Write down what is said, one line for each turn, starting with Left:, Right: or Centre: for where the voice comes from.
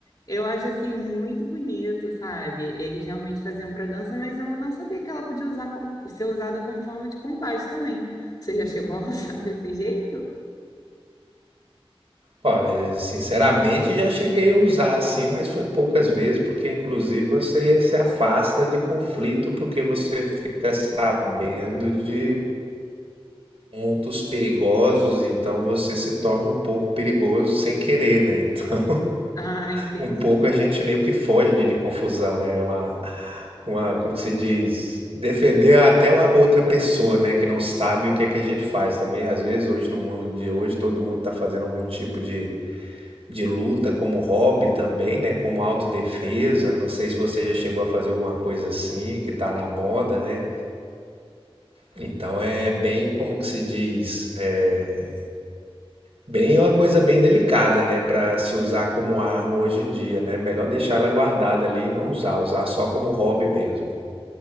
Left: Eu acho, assim, muito bonito, sabe? Eles realmente faziam para dança, mas eu não sabia que ela podia usar como- ser usada como forma de combate também. Você já chegou a usar <laughs> desse jeito?
Right: Olha, sinceramente já cheguei a usar assim, mas foi poucas vezes, porque inclusive você se afasta de conflito porque você fica sabendo de pontos perigosos, então você se torna um pouco perigoso sem querer, né? Então
Left: Ah, entendi.
Right: um pouco a gente meio que foge de, de confusão, né? É Uma, uma, como que se diz? Defender até a outra pessoa, né? Que não sabe o que é que a gente faz também. Às vezes, hoje, no mundo de hoje, todo mundo está fazendo algum tipo de, de luta como hobby também, né? Como autodefesa. Não sei se você já chegou a fazer alguma coisa assim, que tá na moda, né? Então, é bem, como que se diz? É, Bem, é uma coisa bem delicada, né, para se usar como arma hoje em dia, né? Melhor deixar ela guardada ali e não usar, usar só como hobby mesmo.